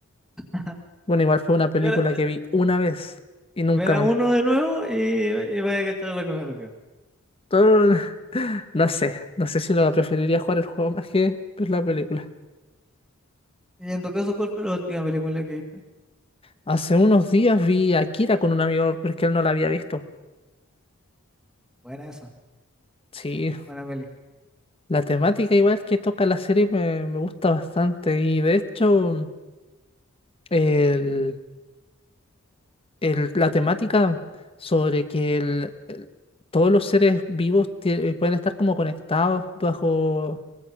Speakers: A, in the centre; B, on the left.
A: <laughs>
B: Bueno, igual fue una película
A: Pero,
B: que vi una vez y nunca
A: Vela
B: más.
A: uno de nuevo y, y vaya a cachar a lo que me refiero.
B: Todo- <laughs> No sé, no sé si lo preferiría jugar el juego más que ver la película.
A: Y en tu caso, ¿cuál fue la última película que viste?
B: Hace unos días vi a Akira con un amigo porque él no la había visto.
A: Buena esa,
B: Sí,
A: buena peli.
B: la temática igual que toca la serie me, me gusta bastante y de hecho el- el- la temática sobre que el- el- todos los seres vivos tie- pueden estar como conectados bajo